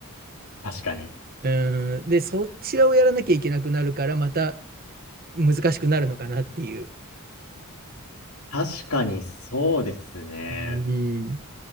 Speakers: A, on the left (about 85°); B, on the right (about 40°).
A: 確かに。
B: うーんでそちらをやらなきゃいけなくなるからまた難しくなるのかなっていう。
A: 確かにそうですね。
B: うん、